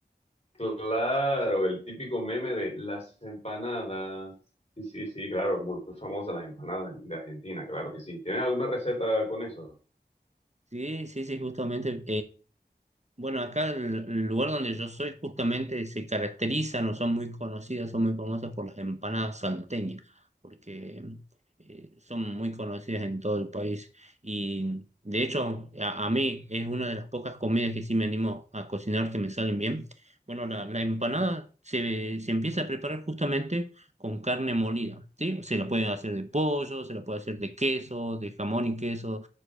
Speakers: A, on the left; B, on the right.
A: Claro, el típico meme de las empanadas. Sí, sí, sí, claro, muy famosa las empanadas de, de Argentina, claro que sí. ¿Tienes alguna receta con eso?
B: Sí, sí, sí, justamente. Bueno, acá el el lugar donde yo soy justamente se caracterizan o son muy conocidas, son muy famosas por las empanadas salteñas, porque eh, son muy conocidas en todo el país. Y de hecho, a, a mí es una de las pocas comidas que sí me animo a cocinar que me salen bien. Bueno, la, la empanada se, se empieza a preparar justamente con carne molida, ¿sí? Se la pueden hacer de pollo, se la puede hacer de queso, de jamón y queso,